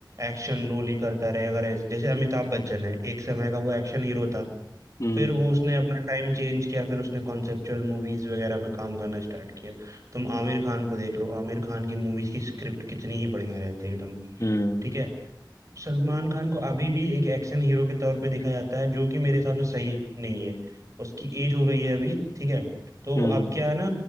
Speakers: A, on the right; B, on the left.
A: एक्शन रोल ही करता रहे अगर ऐसे जैसे अमिताभ बच्चन है एक समय का वो एक्शन हीरो था
B: हम्म
A: फिर वो उसने अपना टाइम चेंज किया फिर उसने कॉन्सेप्चुअल मूवीज वगैरह में काम करना स्टार्ट किया तुम आमिर खान को देख लो आमिर खान की मूवीज की स्क्रिप्ट कितनी ही बढ़िया रहती है एकदम
B: हम्म
A: ठीक है सलमान खान को अभी भी एक एक्शन हीरो के तौर पे देखा जाता है जो कि मेरे हिसाब से सही नहीं है उसकी एज हो गई है अभी ठीक है तो
B: हम्म
A: अब क्या है ना